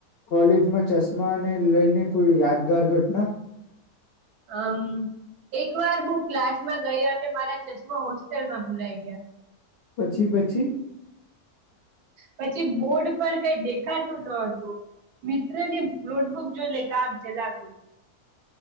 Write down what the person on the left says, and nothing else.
કોલેજમાં ચશ્માને લઈને કોઈ યાદગાર ઘટના?
પછી પછી